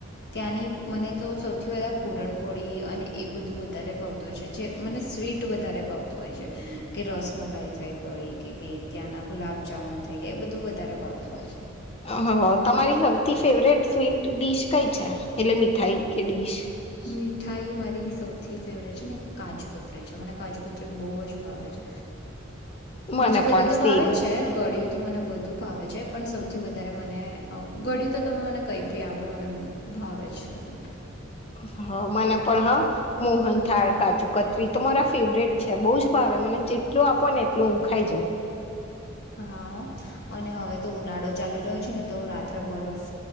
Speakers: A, on the left (about 55°); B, on the left (about 30°).
A: ત્યાંની મને તો સૌથી વધારે પૂરણપોળી અને એ બધું વધારે ભાવતું હોય છે જે મને સ્વીટ વધારે ભાવત <unintelligible> કે રસમલાઈ થઈ ગઈ કે ત્યાંના ગુલાબજામુન થઈ ગયા એ બધું વધારે પાવતું હોય છે.
B: હ હ હ તમારી સૌથી ફેવરેટ સ્વીટ ડીશ કઈ છે એટલે મીઠાઈ કે ડીશ?
A: મીઠાઈ મારી સૌથી ફેવરેટ છે ને કાજુકત્રી છે મને કાજુકત્રી બહુ જ ભાવે છે.
B: મને
A: બીજી બધી
B: પણ
A: તો
B: સેમ
A: ભાવે જ છે ઘળયું મને બધું ભાવે છે પણ સૌથી વધારે મને આવ ઘડ્યું તો તમે મને કઈ બી આવો મને ભાવે જ ખરી.
B: હ મને પણ હ મોહન થાળ કાજુ કતરી તો મારા ફેવરેટ છે બઉ જ ભાવે મને જેટલું આપો ને એટલું હું ખાઈ જઉં.
A: હા હા અને હવે તો ઉનાળો ચાલી રહ્યો છે ને તો રાત્રે બરફ